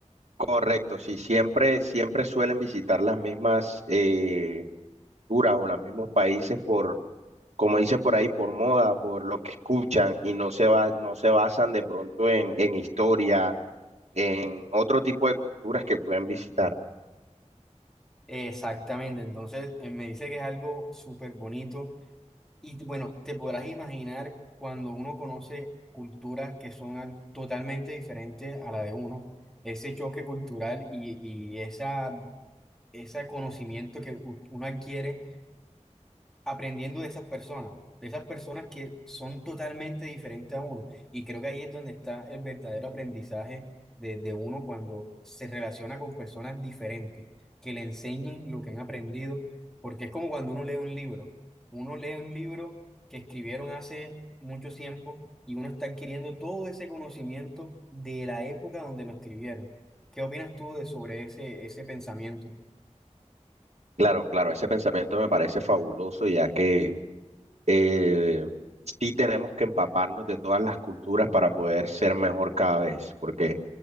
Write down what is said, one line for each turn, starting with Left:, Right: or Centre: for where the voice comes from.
Right: Correcto, sí, siempre, siempre suelen visitar las mismas eh, culturas o los mismos países por, como dicen por ahí, por moda, por lo que escuchan y no se va, no se basan de pronto en, en historia, en otro tipo de culturas que pueden visitar.
Centre: Exactamente, entonces eh, me dice que es algo súper bonito Y bueno, te podrás imaginar cuando uno conoce culturas que son al- totalmente diferentes a la de uno, ese choque cultural y, y esa, ese conocimiento que u- uno adquiere aprendiendo de esas personas, de esas personas que son totalmente diferentes a uno. Y creo que ahí es donde está el verdadero aprendizaje de, de uno cuando se relaciona con personas diferentes, que le enseñen lo que han aprendido, porque es como cuando uno lee un libro. Uno lee un libro que escribieron hace mucho tiempo y uno está adquiriendo todo ese conocimiento de la época donde lo escribieron. ¿Qué opinas tú de sobre ese, ese pensamiento?
Right: Claro, claro, ese pensamiento me parece fabuloso, ya que eh, sí tenemos que empaparnos de todas las culturas para poder ser mejor cada vez, porque